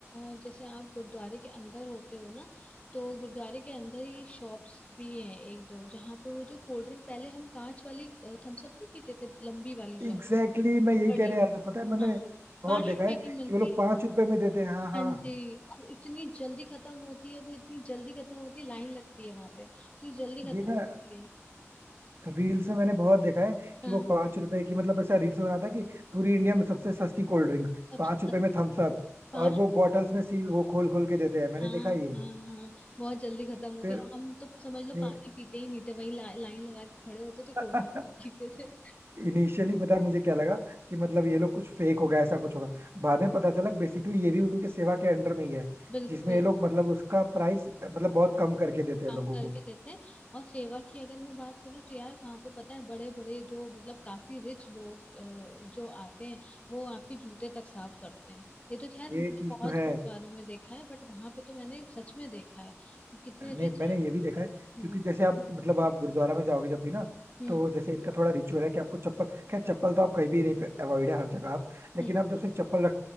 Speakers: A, on the left; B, on the right.
A: अ, जैसे आप गुरुद्वारे के अंदर होते हो ना तो गुरुद्वारे के अंदर ही शॉप्स भी हैं एक दो जहाँ पे वो जो कोल्ड ड्रिंक पहले हम कांच वाली थम्स अप नहीं पीते थे लंबी वाली
B: एग्जैक्टली
A: जो
B: exactly, मैं यही
A: बड़ी
B: कहने आया था पता है मतलब
A: हाँ
B: बहुत
A: पांच
B: देखा
A: रुपए
B: है
A: की मिलती
B: कि वो लोग
A: है
B: पांच रुपए में देते हैं हाँ हाँ
A: हाँ जी और इतनी जल्दी खत्म होती है वो इतनी जल्दी खत्म होती है लाइन लगती है वहां पे इतनी जल्दी खत्म
B: ये ना
A: होती है
B: रील्स में मैंने बहुत देखा है
A: हाँ
B: कि वो पांच रुपए की मतलब ऐसा रील्स बना था कि पूरी इंडिया में सबसे सस्ती कोल्ड ड्रिंक
A: सबसे
B: पांच रुपए
A: सस्ती
B: में थम्स अप
A: पांच
B: और वो बॉटल्स में सील वो खोल खोल के देते हैं मैंने
A: हाँ
B: देखा ये
A: हाँ हाँ बहुत जल्दी खत्म होती
B: फिर
A: है और हम तो समझ लो
B: नहीं
A: पानी पीते ही नहीं थे वही ला, लाइन लगा के खड़े होते थे कोल्ड
B: <laughs>
A: ड्रिंक ही पीते थे
B: इनिशियली पता है मुझे क्या लगा कि मतलब ये लोग कुछ फेक होगा ऐसा कुछ होगा बाद में पता चला बेसिकली ये भी उनके सेवा के अंडर में ही है
A: <laughs> बिल्कुल
B: जिसमें ये लोग मतलब उसका प्राइस मतलब बहुत कम करके देते हैं
A: कम
B: लोगों
A: करके
B: को
A: देते हैं और सेवा की अगर मैं बात करूँ तो यार वहाँ पे पता है बड़े बड़े जो मतलब काफी रिच लोग अ, जो आते हैं वो आपके जूते तक साफ करते हैं ये तो खैर
B: ये
A: मैंने
B: चीज
A: बहुत
B: तो है
A: गुरुद्वारों में देखा है बट वहां पे तो मैंने सच में देखा है कि कितने
B: नहीं
A: रिच
B: मैंने
A: रिच
B: ये भी
A: लोग
B: देखा
A: हैं
B: है क्योंकि
A: हम्म
B: जैसे आप मतलब आप गुरुद्वारा में जाओगे जब भी ना
A: हम्म
B: तो जैसे इनका थोड़ा रिचुअल है कि आपको चप्पल खैर चप्पल तो आप कहीं भी नहीं अवॉइड है हर जगह आप लेकिन
A: हम्म
B: आप जब से चप्पल